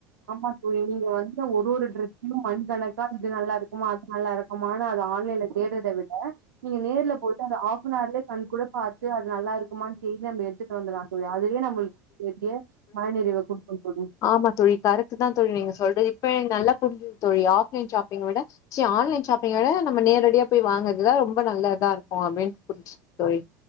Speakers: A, on the right; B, on the left.
A: ஆமா தோழி நீங்க வந்து ஒரு ஒரு டிரரெஸ்யு மணி கணக்கா இது நல்லா இருக்குமா அது நல்லா இருக்குமானு அத ஆன்லைன்ல தேடறத விட நீங்க நேர்ல போயிட்டு அந்த ஹாப் நஹர்லியே கண் கூட பாத்து அது நல்லா இருக்குமான்னு தேய் நம்ம எடுத்துட்டு வந்துடலா தோழி அதுவே நம்மளுக்கு தேதே மன நிறைவ குடுக்கு தோழி
B: ஆமா தோழி கரெக்ட் தா தோழி நீங்க சொல்றது இப்ப நல்லா புரிஞ்சது தோழி ஆஃப்லைன் ஷாப்பிங் விட ச்சி ஆன்லைன் ஷாப்பிங்விட நம்ம நேரடியா போய் வாங்கரதுதா ரொம்ப நல்லதா இருக்கு அப்பிடின் புரிஞ் தோழி